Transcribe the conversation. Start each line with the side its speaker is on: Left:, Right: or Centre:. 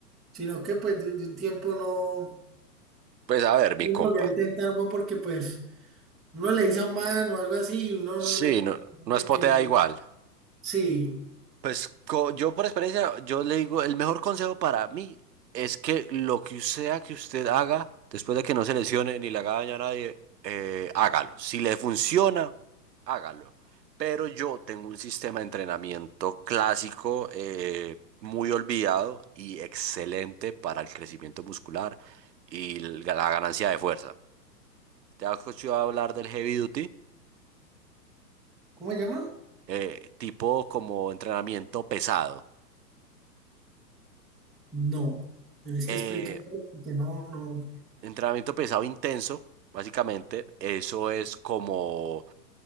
Centre: Sino que pues de, de un tiempo no,
Right: Pues a ver, mi
Centre: no
Right: compa.
Centre: volví a intentar algo porque pues uno le dice a un man o algo así y uno no
Right: Sí,
Centre: le tiene
Right: no, no
Centre: de
Right: es
Centre: que...
Right: potea
Centre: no-
Right: igual.
Centre: Sí,
Right: Pues co- yo por experiencia, yo le digo, el mejor consejo para mí es que lo que sea que usted haga, después de que no se lesione ni le haga daño a nadie, eh, hágalo. Si le funciona, hágalo. Pero yo tengo un sistema de entrenamiento clásico, eh, muy olvidado y excelente para el crecimiento muscular y el- la ganancia de fuerza. Te has escuchado hablar del heavy duty,
Centre: ¿cómo se llama?
Right: eh, tipo como entrenamiento pesado.
Centre: No, tenés
Right: Eh,
Centre: que explicarlo porque no, no,
Right: Entrenamiento pesado intenso, básicamente, eso es como,